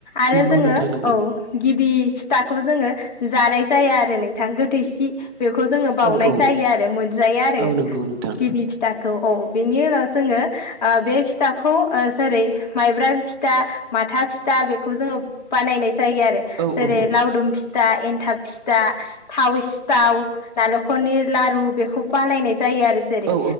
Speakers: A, on the left; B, on the right.
A: आरो
B: नंगौ
A: जोंङो
B: नोंथां नंगौ
A: औ गिबि फिथाखौबो जोंङो जानाय जाया आरो नोंथां गोथैसि बेखौ जोंङो बाउनाय
B: औ औ
A: जायो आरो मोनजाया आरो
B: औ नंगौ नोंथां
A: गिबि फिथाखौ औ बेनि उनाव जोंङो बे फिथाखौ जेरै माइब्रा फिथा माथा फिथा बेखौ जोंङो बानायनाय जायो आरो
B: औ
A: जेरै
B: औ
A: लावदुम फि फिथा एन्थाब फिथा थाव सिथाव नालेंखरनि लारु बेखौ बानायनाय जायो आरो जेरै
B: औ